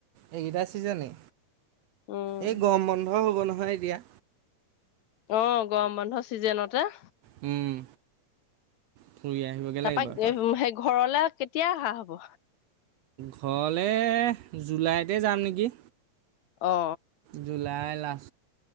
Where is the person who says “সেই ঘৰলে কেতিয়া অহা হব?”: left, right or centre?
Left